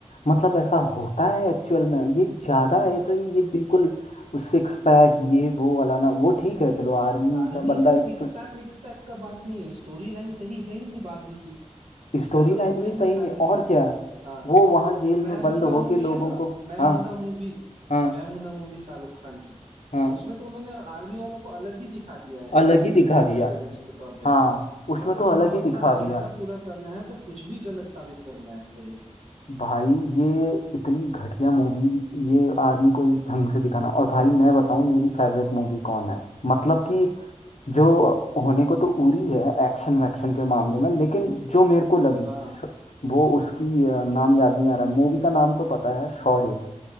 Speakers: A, on the left; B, on the right.
A: मतलब ऐसा होता है एक्चुअल में ये ज्यादा है तो ये बिल्कुल सिक्स पैक ये वो वाला ना वो ठीक है चलो आर्मी
B: आर्मी
A: का बंदा
B: का
A: एक
B: सिक्स पैक विक्स पैक का बात नहीं है स्टोरी लाइन सही है ही नहीं बागी की
A: स्टोरी
B: ऐसा
A: लाइन
B: होता
A: भी
B: ही
A: सही
B: नहीं है आर्मी
A: नहीं
B: में
A: और क्या
B: हाँ
A: वो वहां जेल में
B: मैं
A: बंद
B: हूं ना
A: होके
B: मूवी
A: लोगों
B: है ना
A: को
B: मैं
A: हाँ
B: हूं ना मूवी
A: हाँ
B: मैं हूं ना मूवी शाहरुख खान की
A: हाँ
B: उसमें तो उन्होंने आर्मी वालों को अलग ही दिखा दिया है
A: अलग
B: नेगेटिव
A: ही दिखा
B: तौर
A: दिया
B: पे टेररिस्ट के तौर पे
A: हाँ उसमें
B: मतलब
A: तो
B: इनको
A: अलग
B: अपना
A: ही दिखा
B: एजेंडा
A: दिया
B: पूरा करना है तो कुछ भी गलत साबित करना है सही
A: भाई ये इतनी घटिया मूवीज ये आर्मी को इस ढंग से दिखाना और भाई मैं बताऊं मेरी फेवरेट मूवी कौन है मतलब कि जो
B: हाँ
A: होने को तो उरी है एक्शन वैक्शन के मामले में लेकिन जो मेरे को लगी
B: हाँ
A: श- वो उसकी अ, नाम याद नहीं आ रहा मूवी का नाम तो पता है शौर्य